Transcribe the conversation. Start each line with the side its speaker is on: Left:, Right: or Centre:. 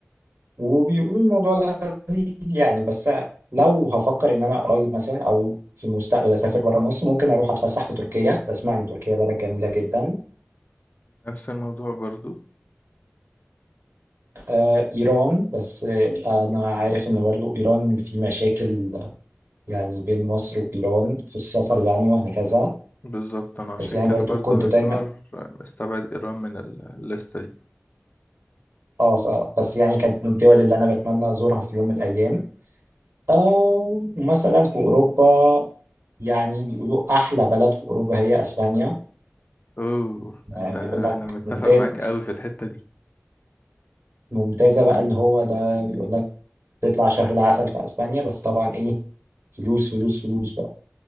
Right: وبيقولوا الموضوع لذيذ يعني بس لو هفكر إن أنا قريب مثلا أو في المستقبل أسافر بره مصر ممكن أروح أتفسح في تركيا بسمع إن تركيا بلد جميلة جدا
Left: نفس الموضوع برضو
Right: آه، إيران بس آه، أنا عارف إن برضو إيران في مشاكل يعني بين مصر وإيران في السفر يعني وهكذا
Left: بالظبط انا عشان
Right: بس يعني
Left: كده
Right: برضو
Left: برضو
Right: كنت
Left: يعتبر
Right: دايما
Left: مستبعد ايران من ال- الليستة دي
Right: اه ف... بس يعني كانت من الدول اللي انا بتمنى ازورها في يوم من الايام آه مثلا في اوروبا يعني بيقولوا احلى بلد في اوروبا هي اسبانيا
Left: اوه انت
Right: يعني بيقول
Left: انا
Right: لك
Left: متفق
Right: ممتاز
Left: معاك قوي في الحتة دي
Right: ممتازه بقى اللي هو ده بيقول لك تطلع شهر العسل في اسبانيا بس طبعا ايه فلوس فلوس فلوس بقى